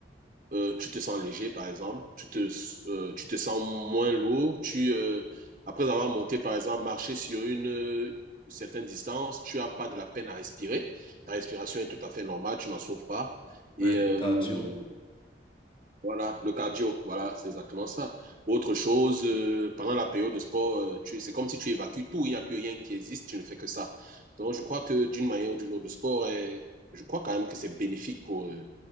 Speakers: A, on the right; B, on the left.
A: euh, tu te sens léger, par exemple, tu te, euh, tu te sens moins lourd, tu, euh, après avoir monté, par exemple, marché sur une euh, certaine distance, tu n'as pas de la peine à respirer, ta respiration est tout à fait normale, tu n'en souffres pas. Et
B: Ouais,
A: euh,
B: le cardio.
A: voilà, le cardio, voilà, c'est exactement ça. Autre chose, euh, pendant la période de sport, euh, tu, c'est comme si tu évacues tout, il n'y a plus rien qui existe, tu ne fais que ça. Donc, je crois que d'une manière ou d'une autre, le sport est, je crois quand même que c'est bénéfique pour, euh,